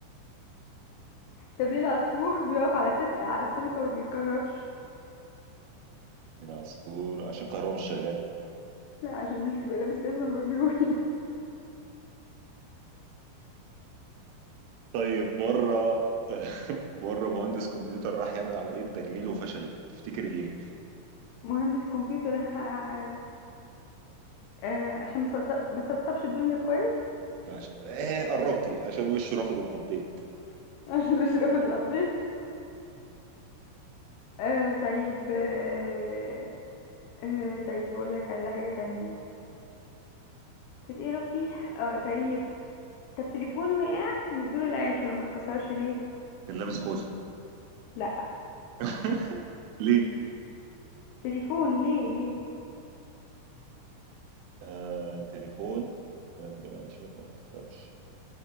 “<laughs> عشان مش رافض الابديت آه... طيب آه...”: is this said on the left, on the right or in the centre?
Left